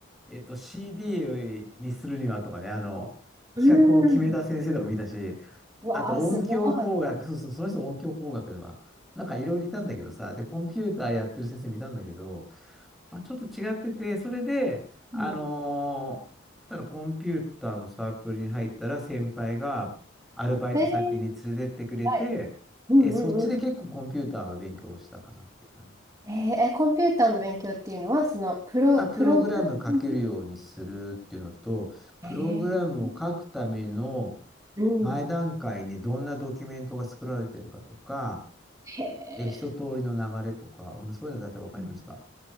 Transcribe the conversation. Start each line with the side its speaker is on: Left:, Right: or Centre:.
Centre: えっと、CD にするにはとかね、あの、
Right: うーん。
Centre: 企画を決めた先生とかもいたし、
Right: うわあ、
Centre: あと音響工学、
Right: すごい。
Centre: そうそう、その人音響工学では。なんかいろいろいたんだけどさ、で、コンピューターやってる先生見たんだけど、まあ、ちょっと違ってて、それで、あのーただコンピューターのサークルに入ったら先輩がアルバイト先に連れてってくれて、
Right: うん。えー、はい。うんうんうん。
Centre: え、そっちで結構コンピューターは勉強したかなっていう感じ。
Right: えー、えーコンピューターの勉強っていうのは、その、プロ、
Centre: まあ、プログラム書けるようにするっていうのと、
Right: プログラミング
Centre: プログラムを書くための
Right: えー、うん。
Centre: 前段階にどんなドキュメントが作られてるかとか、
Right: へえ。
Centre: えー、一通りの流れとか、うん、そういうのだいたい分かりました。
Right: うん